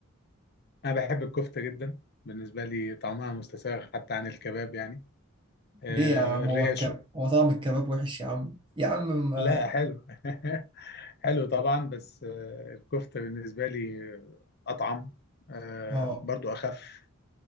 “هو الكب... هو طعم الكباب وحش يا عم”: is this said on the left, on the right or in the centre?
Right